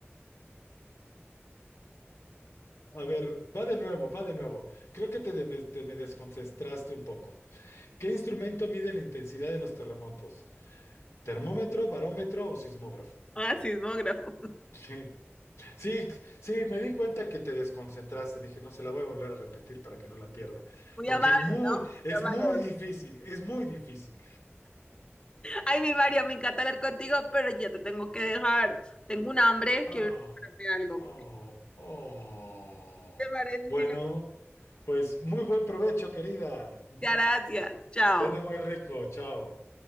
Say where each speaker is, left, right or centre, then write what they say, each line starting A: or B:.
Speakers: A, on the left; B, on the left.
A: A ver, va de nuevo, va de nuevo. Creo que te, de- te me desconcentraste un poco. ¿Qué instrumento mide la intensidad de los terremotos? ¿Termómetro, barómetro o sismógrafo?
B: ah, sismógrafo.
A: <laughs> Sí, sí, sí, me di cuenta que te desconcentraste. Dije, no, se la voy a volver a repetir para que no la pierda,
B: Muy
A: porque
B: amable,
A: es muy,
B: ¿no?
A: es
B: Muy amable,
A: muy
B: don
A: difícil,
B: Mario.
A: es muy difícil.
B: Ay, mi Mario, me encanta hablar contigo, pero ya te tengo que dejar. Tengo un hambre,
A: Ah,
B: quiero prepararme algo.
A: oh, oh.
B: ¿Te parece
A: Bueno,
B: si la-
A: pues muy buen provecho, querida.
B: Gracias,
A: <laughs>
B: chao.
A: Cena muy rico, chao.